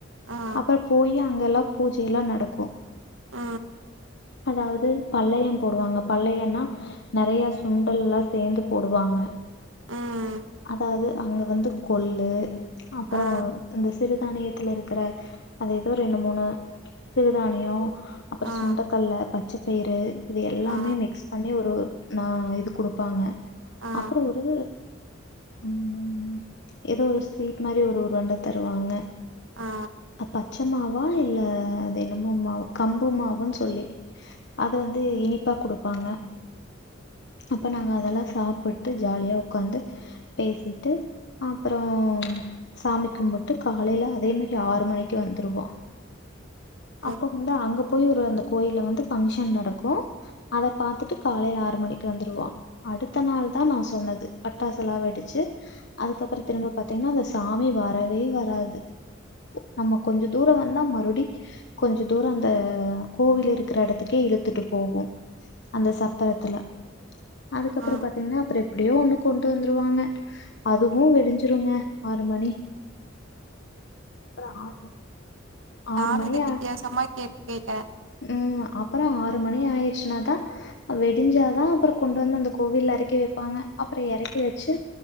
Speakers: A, on the right (about 85°); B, on the left (about 65°).
A: ஆ
B: அப்பறோ போயி அங்க எல்லா பூஜை எல்லா நடக்கு
A: ஆ
B: அதாவது பல்லயோ போடுவாங்க பல்லயோனா நெறைய சுண்டல்லா சேந்து போடுவாங்க
A: ம்
B: அதாவது அங்க வந்து கொள்ளு அப்பறோ
A: ஆ
B: இந்த சிறுதானியத்தில இருக்கிற அது ஏதோ ரெண்டு மூணு சிறுதானியோ அப்றோ
A: ஆ
B: சுண்டக்கல்ல பச்சபயிறு இது எல்லாமே
A: ஆ
B: மிக்ஸ் பண்ணி ஒரு நா இது குடுப்பாங்க
A: ஆ
B: அப்றோ ஒரு ம் ஏதோ ஒரு ஸ்வீட் மாரி ஒரு ஒரு உருண்ட தருவாங்க
A: ஆ
B: பச்ச மாவா இல்ல அது என்னமோ மாவு கம்பு மாவுன்னு சொல்லி அத வந்து இனிப்பா குடுப்பாங்க அப்ப நாங்க அதெல்லா சாப் புட்டு ஜாலியா உக்காந்து பேசிட்டு அப்றோ சாமி கும்பிட்டு காலையில அதே மாரி ஆறு மணிக்கு வந்துருவோ அப்ப
A: உ-
B: வந்து அங்க போய் ஒரு அந்த கோயில வந்து பங்க்ஷன் நடக்கு அத பாத்துட்டு காலையில ஆறு மணி க்கு வந்துருவோ அடுத்த நாள் தா நா சொன்னது பட்டாசுலா வெடிச்சி அதுக்கப்பறோ திரும்ப பாத்தீங்கன்னா அந்த சாமி வரவே வராது நம்ம கொஞ்சோ தூரோ வந்தா மறுபடி கொஞ்சோ தூரோ அந்த கோவில் இருக் இருக்கிற இடத்துக்கே இழுத்துட்டு போகு அந்த சப்பரத்துல அதுக்கப்பறோ
A: ஆ
B: பாத்தீங்கன்னா அப்றோ எப்டியோ ஒண்ணு கொண்டு வந்துருவாங்க அதுவு வெடிஞ்சிருங்க ஆறு மணி அப்றோ ஆறு மணி
A: நானு
B: ஆறு
A: இத வித்தியாசமா
B: ஆ
A: கே கேட்ட
B: ம் அப்பறோ ஆறு மணி ஆயிருச்சினாதா வெடிஞ்சாதா அப்றோ கொண்டு வந்து அந்த கோவில்ல இறக்கி வைப்பாங்க அப்ற இறக்கி வச்சு